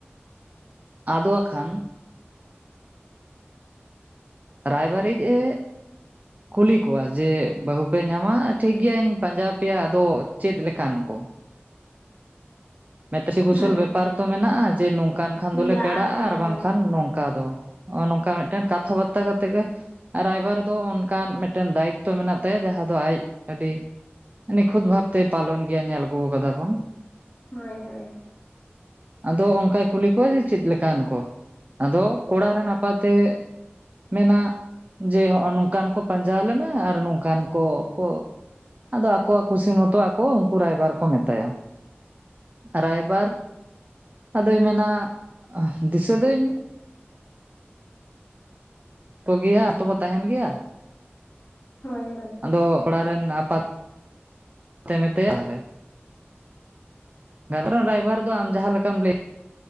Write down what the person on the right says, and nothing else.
ᱟᱫᱚ ᱠᱷᱟᱱ ᱨᱟᱭᱵᱟᱨᱤᱡ ᱮ ᱠᱩᱞᱤ ᱠᱚᱣᱟ ᱡᱮ ᱵᱟᱹᱦᱩ ᱯᱮ ᱧᱟᱢᱟ ᱴᱷᱤᱠ ᱜᱮᱭᱟᱧ ᱯᱟᱸᱡᱟ ᱟᱯᱮᱭᱟ ᱟᱫᱚ ᱪᱮᱫ ᱞᱮᱠᱟᱱ ᱠᱚ <unintelligible> ᱠᱩᱥᱤ ᱠᱩᱥᱚᱞ
ᱵᱮᱯᱟᱨ ᱛᱚ ᱢᱮᱱᱟᱜᱼᱟ ᱡᱮ ᱱᱚᱝᱠᱟᱱ ᱠᱷᱟᱱ
ᱫᱚᱞᱮ ᱯᱮᱲᱟᱜᱼᱟ
ᱟᱨ ᱵᱟᱝᱠᱷᱟᱱ
ᱱᱚᱝᱠᱟ <unintelligible> ᱱᱚᱜᱼᱚᱭ ᱱᱚᱝᱠᱟ ᱢᱤᱫ ᱴᱮᱱ ᱠᱟᱛᱷᱟ ᱵᱟᱛᱟ ᱠᱟᱛᱮᱜ ᱜᱮ ᱨᱟᱭᱵᱟᱨ ᱫᱚ ᱚᱱᱠᱟᱱ ᱢᱤᱫ ᱴᱮᱱ ᱫᱟᱭᱤᱛᱛᱚ ᱢᱮᱱᱟᱜ ᱛᱟᱭᱟ ᱡᱟᱦᱟ ᱫᱚ ᱟᱡ ᱟᱹᱰᱤ ᱱᱤᱠᱷᱩᱛ ᱵᱷᱟᱵᱽ ᱛᱮ ᱯᱟᱞᱚᱱ ᱜᱮᱭᱟ ᱧᱮᱞ ᱟᱹᱜᱩ ᱟᱠᱟᱫᱟ ᱵᱚᱱ
ᱟᱫᱚ ᱚᱱᱠᱟᱭ ᱠᱩᱞᱤ ᱠᱚᱣᱟ ᱡᱮ ᱪᱮᱫ ᱞᱮᱠᱟᱱ ᱠᱚ ᱟᱫᱚ ᱠᱚᱲᱟ ᱨᱮᱱ ᱟᱯᱟᱛᱮ ᱢᱮᱱᱟᱜ ᱡᱮ ᱦᱚᱜᱼᱚᱭ ᱱᱚᱝᱠᱟᱱ ᱠᱚ ᱯᱟᱸᱡᱟ ᱟᱞᱮ ᱢᱮ ᱟᱨ ᱱᱚᱝᱠᱟᱱ ᱠᱚ ᱠᱚ ᱟᱫᱚ ᱟᱠᱚᱣᱟᱜ ᱠᱩᱥᱤ ᱢᱚᱛᱚ ᱟᱠᱚ ᱩᱱᱠᱩ ᱨᱟᱭᱵᱟᱨ ᱠᱚ ᱢᱮᱛᱟᱭᱟ ᱨᱟᱭᱵᱟᱨ ᱟᱫᱚᱭ ᱢᱮᱱᱟ ᱫᱤᱥᱟᱹ ᱫᱚᱧ ᱠᱚᱜᱮᱭᱟ <unintelligible> ᱛᱟᱦᱮᱱ ᱜᱮᱭᱟ
ᱟᱫᱚ <unintelligible> ᱨᱮᱱ ᱟᱯᱟᱛ ᱢᱮᱛᱟᱭᱟ <unintelligible> ᱨᱟᱭᱵᱷᱟᱨ ᱫᱚ ᱟᱢ ᱡᱟᱸᱦᱟ ᱞᱮᱠᱟᱢ ᱞᱟᱹᱭ